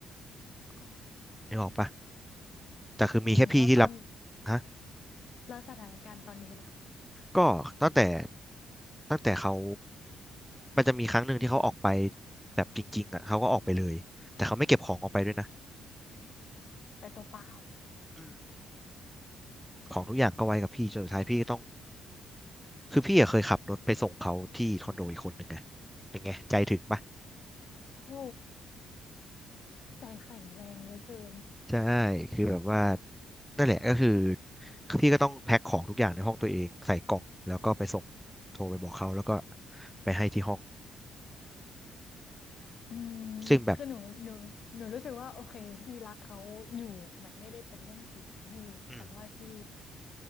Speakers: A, on the left (about 55°); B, in the centre.
A: อ๋อ
B: นึกออกปะแต่คือมีแค่พี่ที่รับ
A: อืมแล้วตอน
B: ฮะ
A: แล้วสถานการณ์ตอนนี้ล่ะ
B: ก็ตั้งแต่ตั้งแต่เขา มันจะมีครั้งหนึ่งที่เขาออกไปแบบจริงๆอ่ะเขาก็ออกไปเลยแต่เขาไม่เก็บของออกไปด้วยนะ
A: ไปตัวเปล่า
B: อืมของทุกอย่างก็ไว้กับพี่จนสุดท้ายพี่ก็ต้องคือพี่อะเคยขับรถไปส่งเขาที่คอนโดอีกคนหนึงไงเป็นไงใจถึงปะ
A: โอ้โหใจแข็งแรงเหลือเกิน
B: ใช่คือแบบว่านั่นแหละก็คือพี่ก็ต้องแพ็คของทุกอย่างในห้องตัวเองใส่กล่องแล้วก็ไปส่งโทรไปบอกเขาแล้วก็ไปให้ที่ห้อง
A: อืม
B: ซึ่งแบบ
A: คือหนูหนูหนูรู้สึกว่าโอเคพี่รักเขาอยู่อะมันไม่ได้เป็นเรื่องผิดนะพี่แต่ว่าพี่
B: อืม